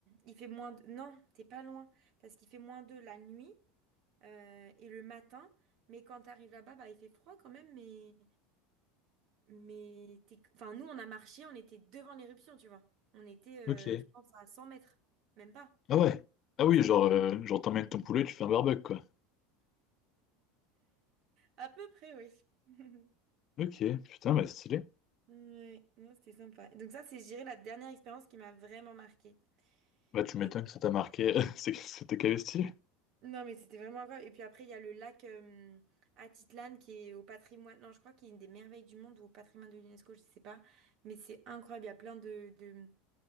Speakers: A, on the right; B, on the left.
A: il fait moins... de- Non, t'es pas loin. Parce qu'il fait moins 2 la nuit euh, et le matin. Mais quand t'arrives là-bas, bah, il fait froid quand même, mais... Mais t'es- enfin, nous, on a marché, on était devant l'éruption, tu vois. On était, euh,
B: Ok.
A: je pense, à 100 mètres. Même pas.
B: Ah ouais. Ah oui,
A: Si,
B: genre,
A: peut-être.
B: euh, genre t'emmènes ton poulet, tu fais un barbecue, quoi.
A: À peu près, oui. <laughs>
B: Ok, putain, bah stylé.
A: Ouais, non, c'était sympa. Donc ça, c'est, je dirais, la dernière expérience qui m'a vraiment marquée.
B: Bah tu
A: Est-
B: m'étonnes que ça t'a marqué,
A: Ouais.
B: <laughs> c'est- que c'était calé stylé.
A: Non, mais c'était vraiment incroyable. Et puis après, il y a le lac euh, Atitlan qui est au patrimoine, non, je crois qu'il est une des merveilles du monde ou au patrimoine de l'UNESCO, je sais pas. Mais c'est incroyable. Il y a plein de, de,